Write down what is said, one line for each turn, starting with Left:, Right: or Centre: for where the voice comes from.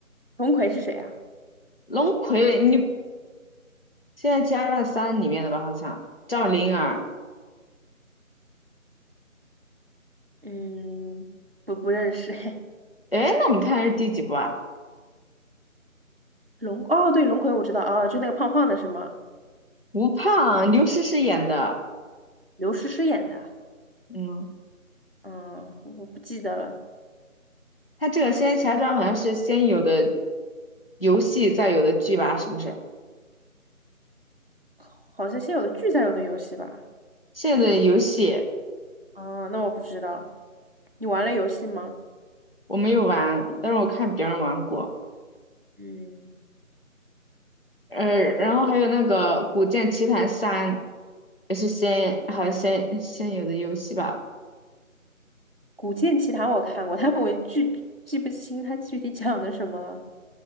Right: 龙葵是谁啊？
Left: 龙葵，你现在《仙剑奇侠传三》里面的吧？好像赵灵儿。
Right: 嗯，不不认识。<laughs>
Left: 哎，那我们看的是第几部啊？
Right: 龙，哦，对，龙葵我知道，哦，就那个胖胖的是吗？
Left: 吴胖，刘诗诗演的。
Right: 刘诗诗演的，
Left: 嗯，
Right: 嗯，我不记得了，
Left: 他这个《仙剑奇侠传》好像是先有的游戏，再有的剧吧？是不是？
Right: 好像先有的剧才有的游戏吧？
Left: 现在的游戏
Right: 啊，那我不知道，你玩了游戏吗？
Left: 我没有玩，但是我看别人玩过。
Right: 嗯，
Left: 呃，然后还有那个《古剑奇谭三》，也是先好像先先有的游戏吧，
Right: 《古剑奇谭》我看过，但我具记不清它具体讲的什么了。